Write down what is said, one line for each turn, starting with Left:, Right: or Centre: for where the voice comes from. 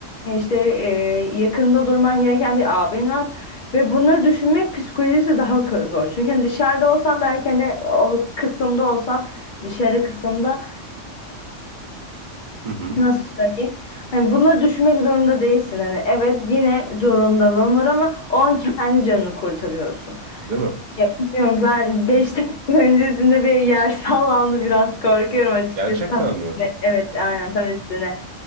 Left: işte e, yakında durman gereken bir abin var. Ve bunları düşünmek psikolojisi daha kö- zor. Çünkü hani dışarıda olsan belki hani o kısımda olsan, dışarı kısımda
Right: Hı hı.
Left: Nasıl söyleyeyim? Hani bunları düşünmek zorunda değilsin. Hani evet yine zorundalığın var ama o an kendi canını kurtarıyorsun.
Right: Değil mi?
Left: Ya bilmiyorum ben <laughs> 5 dakika öncesinde bir yer sallandı biraz korkuyorum açıkçası.
Right: Gerçekten
Left: Tam üstüne-
Right: mi?
Left: evet aynen tam üstüne